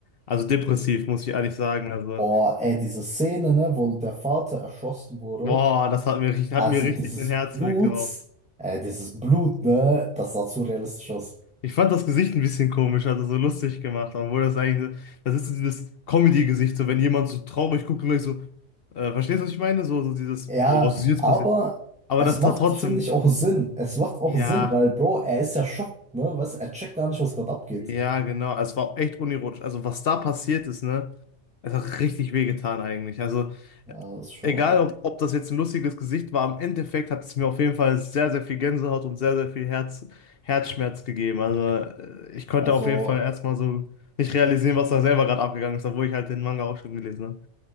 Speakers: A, on the left; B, in the centre.
A: also depressiv, muss ich ehrlich sagen. Also,
B: Boah, ey, diese Szene, ne, wo der Vater erschossen wurde,
A: boah, das hat mir, richtig-
B: also
A: hat mir richtig
B: dieses
A: den Herz
B: Blut,
A: weggeraubt.
B: äh, dieses Blut, ne, das sah zu realistisch aus.
A: Ich fand das Gesicht ein bisschen komisch, also so lustig gemacht, obwohl das eigentlich, das ist so dieses Comedy-Gesicht, so wenn jemand so traurig guckt und gleich so, äh, verstehst du, was ich meine? So, so dieses,
B: Ja,
A: boah, was ist jetzt
B: aber
A: passiert? Aber
B: es
A: das tat
B: macht,
A: trotzdem,
B: finde ich, auch Sinn. Es macht auch
A: ja.
B: Sinn, weil, Bro, er ist ja schockt, ne, weißt, du, er checkt gar nicht, was gerade abgeht.
A: Ja, genau. Es war auch echt unironisch. Also, was da passiert ist, ne? Es hat richtig wehgetan eigentlich. Also,
B: Ja, das ist schon,
A: egal ob, ob das jetzt ein lustiges Gesicht war, im Endeffekt hat es mir auf jeden Fall sehr, sehr viel Gänsehaut und sehr, sehr viel Herz, Herzschmerz gegeben. Also, äh, ich konnte
B: also.
A: auf jeden Fall erstmal so nicht realisieren, was da selber gerade abgegangen ist, obwohl ich halt den Manga auch schon gelesen habe.